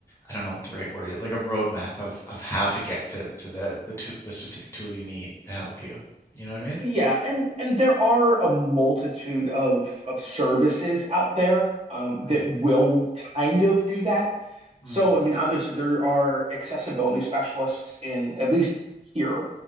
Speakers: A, on the left (about 15°); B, on the right (about 35°).
A: I don't know what the right word is, like a roadmap of of how to get to to the the tool, the specific tool you need to help you. You know what I mean?
B: yeah, and and there are a multitude of of services out there um,
A: Mm,
B: that will kind of do that.
A: mm,
B: So, I mean, obviously there are accessibility specialists in at least here.